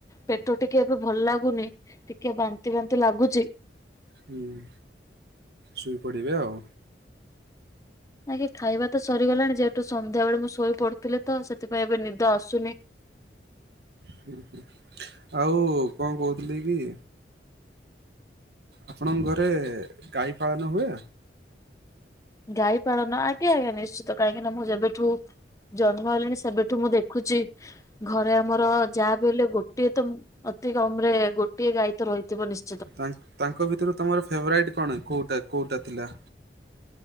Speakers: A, on the left; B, on the right.
A: ପେଟ ଟିକେ ଏବେ ଭଲ ଲାଗୁନି। ଟିକେ ବାନ୍ତି ବାନ୍ତି ଲାଗୁଛି।
B: ହୁଁ ଶୋଇପଡ଼ିବେ ଆଉ।
A: ଆଜ୍ଞା ଖାଇବା ତ ସରିଗଲାଣି ଯେହେତୁ, ସନ୍ଧ୍ୟା ବେଳେ ମୁଁ ଶୋଇ ପଡୁଥିଲି ତ, ସେଥିପାଇଁ ଏବେ ନିଦ ଆସୁନି।
B: ହୁଁ ହୁଁ। ଆଉ କଣ କହୁଥିଲି କି? ଆପଣଙ୍କ ଘରେ ଗାଈ ପାଳନ ହୁଏ?
A: ଗାଇପଳନ? ଆଜ୍ଞା ଆଜ୍ଞା, ନିଶ୍ଚିତ କାହିଁକି ନା ମୁଁ ଯେବେଠୁ ଜନ୍ମ ହେଲେଣି ସେବେଠୁ ମୁଁ ଦେଖୁଛି। ଘରେ ଆମର ଯାହା ବି ହେଲେ ଗୋଟିଏ ତ, ଅତି କମ ରେ ଗୋଟିଏ ଗାଈ ତ ରହିଥିବ ନି୍ଚ
B: ତାଙ୍କ-ତାଙ୍କ ଭିତରୁ ତମର ଫେବୋରାଇଟ କଣ, କୋଉଟା? କେଉଟା ଥିଲା?